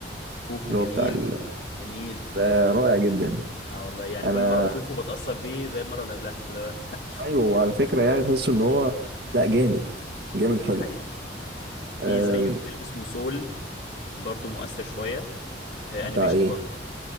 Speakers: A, on the left (about 70°); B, on the right (about 60°).
A: كوكو
B: اللي
A: جميل
B: هو بتاع ال...
A: جميل
B: ده رائع جدا
A: اه والله يعني
B: انا
A: كل مره بشوفه بتاثر بيه زي المره اللي قبلها اللي هو انت
B: ايوه وعلى فكره يعني تحس ان هو لا جامد
A: <laughs>
B: جامد حلو
A: دي حقيقه في
B: أم...
A: زيه فيلم اسمه سول برضه مؤثر شويه آه،
B: بتاع
A: انيميشن
B: ايه
A: برضه